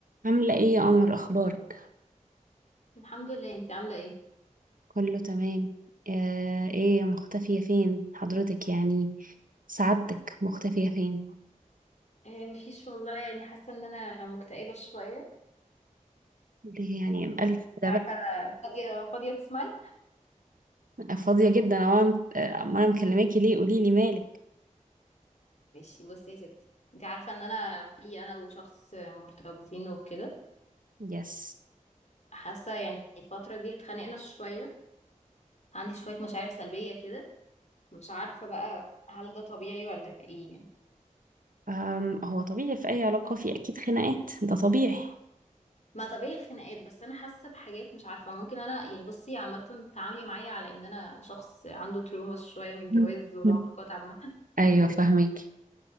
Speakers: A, on the right; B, on the left.
A: عاملة ايه يا قمر اخبارك
B: الحمد لله انت عامله ايه
A: كله تمام آه ايه مختفية فين حضرتك يعني سعادتك مختفية فين
B: آه مفيش والله يعني حاسه ان انا مكتئبه شويه
A: ليه يعني الف
B: مش
A: ده
B: عارفه
A: بقى
B: فاضيه فاضيه تسمعي
A: فاضية جدا او انا آه، أما أنا مكلماكي ليه قولي لي مالك
B: ماشي بصي يا ستي انت عارفه ان انا في انا وشخص مرتبطين وكده
A: يس
B: فحاسه يعني الفتره دي اتخانقنا شويه عندي شويه مشاعر سلبيه كده مش عارفه بقى هل ده طبيعي ولا ايه يعني
A: أم هو طبيعي في اي علاقة في اكيد خناقات ده طبيعي
B: ما طبيعي الخناقات بس انا حاسه بحاجات مش عارفه ممكن انا يعني بصي عامه تعاملي معايا على ان انا شخص عنده تروما شويه من الجواز
A: <laughs>
B: والعلاقات
A: مم.
B: عامه
A: ايوه
B: <laughs>
A: فهمك